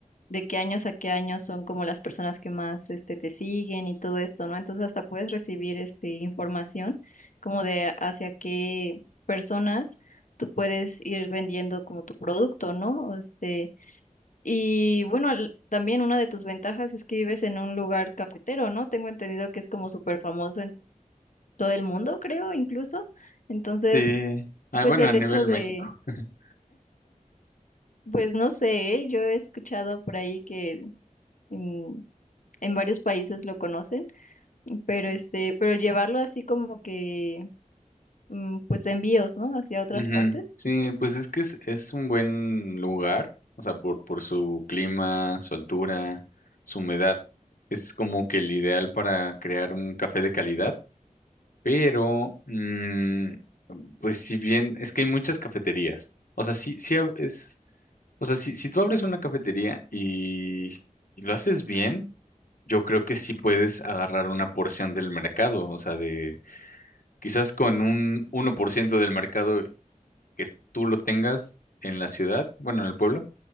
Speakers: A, on the left; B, on the left.
A: de qué años a qué años son como las personas que más este te siguen y todo esto, ¿no? Entonces hasta puedes recibir este información como de hacia qué personas tú puedes ir vendiendo como tu producto, ¿no? O Este, y bueno, al- también una de tus ventajas es que vives en un lugar cafetero, ¿no? Tengo entendido que es como súper famoso todo el mundo, creo, incluso. Entonces,
B: Sí. Ah,
A: pues
B: bueno,
A: el
B: a nivel
A: hecho de,
B: México. <laughs>
A: pues no sé, ¿eh? yo he escuchado por ahí que en, en varios países lo conocen, pero este, pero el llevarlo así como que, mm, pues envíos, ¿no? Hacia otras
B: Ujú.
A: partes.
B: Sí, pues es que es, es un buen lugar, o sea, por, por su clima, su altura, su humedad. Es como que el ideal para crear un café de calidad, pero, mm, pues si bien, es que hay muchas cafeterías. O sea, sí, sí ha- es, O sea, si, si tú abres una cafetería y, y lo haces bien, yo creo que sí puedes agarrar una porción del mercado. O sea, de quizás con un uno por ciento del mercado que tú lo tengas en la ciudad, bueno, en el pueblo,